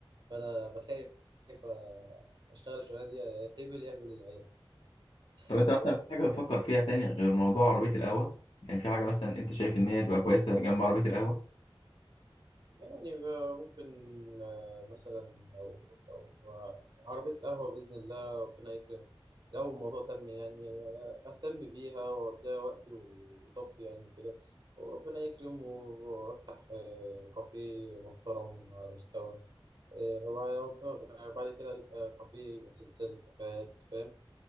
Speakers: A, on the right (about 50°); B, on the left (about 65°).
A: فأنا بخاف آه، أشتغل الشغلانة دي يا تهبل يا أهبل العيال <laughs>
B: طب انت مثلا في حاجة بتفكر فيها تاني غير موضوع عربية القهوة يعني في حاجة مثلا انت شايف ان هي تبقى كويسة جنب عربية القهوة
A: يعني ب- ممكن آه، مثلا لو لو عربية القهوة بإذن الله ربنا يكرم لو الموضوع تم يعني آه، أهتم بيها وأديها وقتي وطاقتي يعني وكده وربنا يكرم و- وأفتح آه، كافيه محترم على مستوى آه، وبعد آه، بعد كده يبقى كافيه يبقى سلسلة كافيهات فاهم